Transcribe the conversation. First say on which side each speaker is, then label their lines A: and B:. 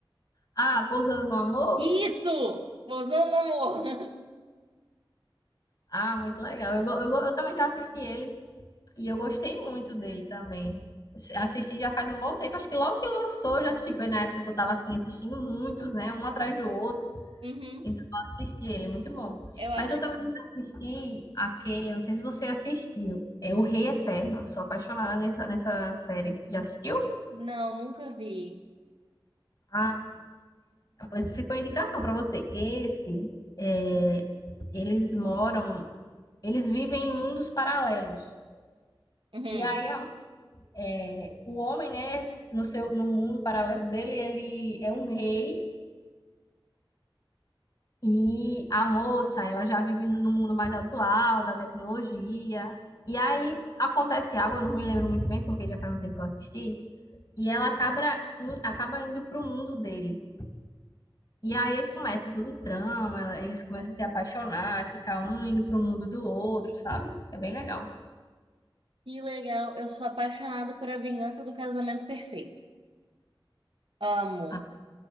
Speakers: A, on the left (about 50°); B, on the right (about 85°).
A: Ah, Pousando no Amor?
B: Isso! Pousando no amor! <laughs>
A: Ah, muito legal. Eu, go- eu, go- eu também já assisti ele e eu gostei muito dele também. Assi- Assisti já faz um bom tempo, acho que logo que lançou, eu já assisti. Foi na época que eu tava assim, assistindo muitos, né? Um atrás do outro.
B: Uhum.
A: Então eu assisti ele, muito bom.
B: Eu acho
A: Mas eu também
B: que.
A: assisti aquele, não sei se você assistiu, é O Rei Eterno. Eu sou apaixonada nessa, nessa série. Já assistiu?
B: Não, nunca vi.
A: Ah, Pois ficou a indicação para você. Esse, é, eles moram, eles vivem em mundos paralelos.
B: Uhum.
A: E aí a- é, o homem, né, no seu, no mundo paralelo dele, ele é um rei e a moça, ela já vive no mundo mais atual da tecnologia. E aí acontece algo, eu não me lembro muito bem porque já faz um tempo que eu assisti. E ela acaba, in- acaba indo pro mundo dele. E aí começa todo o trama, ela- eles começam a se apaixonar, ficar um indo pro mundo do outro, sabe? É bem legal.
B: Que legal. Eu sou apaixonada por A Vingança do Casamento Perfeito. Amo.
A: Ah,